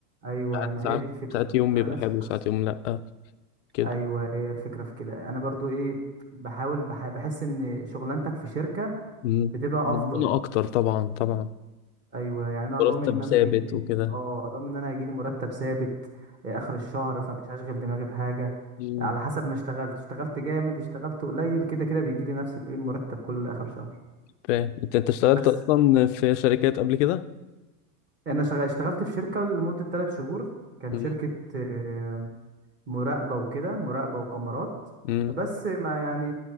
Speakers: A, on the right; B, on the left.
A: ايوه
B: ساعات
A: ما
B: ساعات
A: هي دي الفكرة
B: ساعات
A: برضو
B: يوم
A: انا
B: بيبقى
A: نفس
B: حلو
A: القصة
B: ساعات يوم لأ كده
A: ايوه هي الفكرة في كده انا برضو ايه بحاول بح... بحس ان شغلانتك في شركة
B: مم.
A: بتبقى
B: مضمونة
A: افضل
B: اكتر طبعا طبعا
A: ايوه يعني انا
B: مرتب
A: ضامن ان انا
B: ثابت
A: هيجي لي
B: وكده
A: اه ضامن ان انا هيجي لي مرتب ثابت آه، اخر الشهر فمش هشغل دماغي بحاجه
B: مم.
A: على حسب ما اشتغلت اشتغلت جامد اشتغلت قليل كده كده بيجي لي نفس الايه المرتب كل اخر شهر
B: فاهم انت انت اشتغلت
A: بس
B: اصلا في شركات قبل كده
A: انا شغ... اشتغلت في شركه لمده 3 شهور كان
B: مم.
A: شركه آه، مراقبه وكده مراقبه وكاميرات
B: مم.
A: بس ما يعني